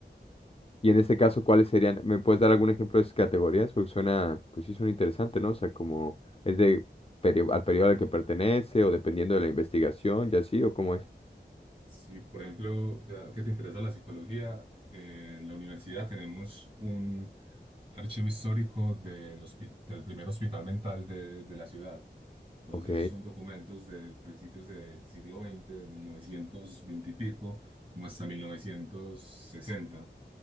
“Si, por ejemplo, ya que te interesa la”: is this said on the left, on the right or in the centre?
Right